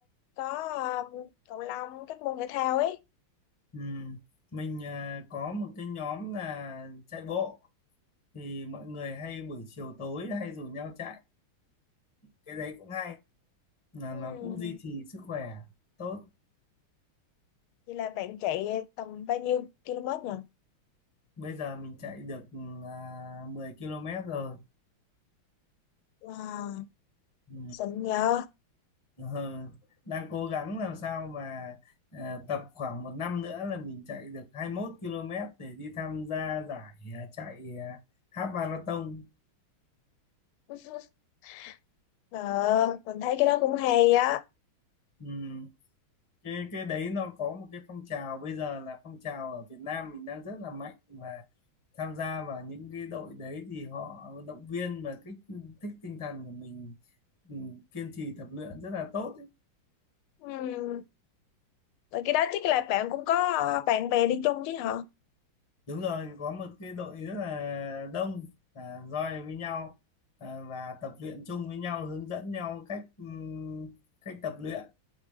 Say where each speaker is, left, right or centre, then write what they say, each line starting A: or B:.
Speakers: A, on the left (about 80°); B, on the left (about 20°).
A: có ờ, cầu lông các môn thể thao ấy
B: ừm. Mình à, có một cái nhóm là chạy bộ. thì mọi người hay buổi chiều tối hay rủ nhau chạy cái đấy cũng hay là
A: Ừm,
B: nó cũng duy trì sức khỏe tốt
A: vậy là bạn chạy tầm bao nhiêu km nhỉ
B: bây giờ mình chạy được à, 10 km rồi
A: wow
B: ừ.
A: xịn nhờ
B: ờ, đang cố gắng làm sao mà à, tập khoảng một năm nữa là mình chạy được 21 km để đi tham gia giải à, chạy à, half marathon
A: <laughs> ờ, mình thấy cái đó cũng hay á
B: ừ. cái cái đấy nó có một cái phong trào bây giờ là phong trào ở Việt Nam mình đang rất là mạnh và tham gia vào những cái đội đấy thì họ động viên và kích thích tinh thần của mình ừ, kiên trì tập luyện rất là tốt ấy.
A: Ừm, Rồi cái đó chắc là bạn cũng có ờ, bạn bè đi chung chứ hả
B: Đúng rồi có một cái đội rất là đông à, roi với nhau à, và tập luyện chung với nhau hướng dẫn nhau cách ừ, cách tập luyện